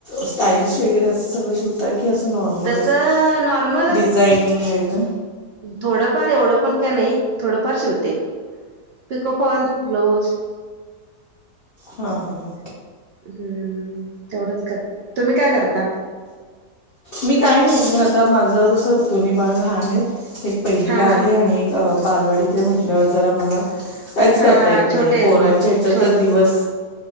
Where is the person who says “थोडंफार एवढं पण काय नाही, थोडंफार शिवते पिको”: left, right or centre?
Right